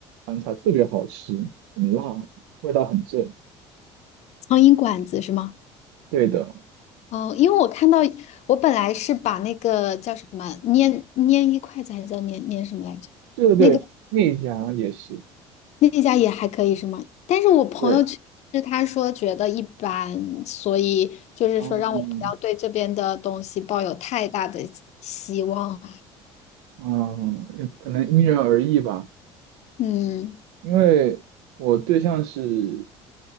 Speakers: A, on the right; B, on the left.
A: 饭菜，特别好吃，很辣，味道很正。
B: 苍蝇馆子是吗？
A: 对的，
B: 哦，因为我看到我本来是把那个叫什么粘粘一筷子还是叫粘粘什么来着？
A: 对对对，
B: 那个。
A: 那一家也是。
B: 那家也还可以是吗？但是我朋友去吃，
A: 对，
B: 他说觉得一般，所以就是说让我不要对这边的东西抱有太大的希望。
A: 嗯嗯，也可能因人而异吧。
B: 嗯，
A: 因为我对象是